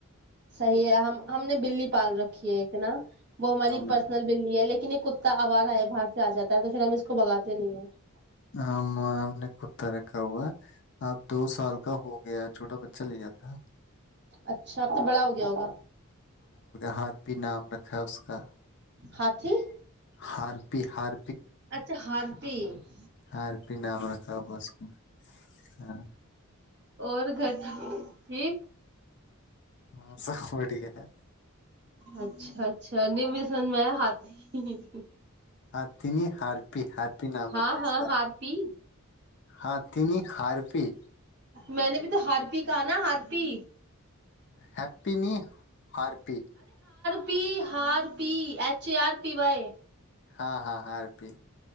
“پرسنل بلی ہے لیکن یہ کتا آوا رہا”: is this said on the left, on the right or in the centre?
Right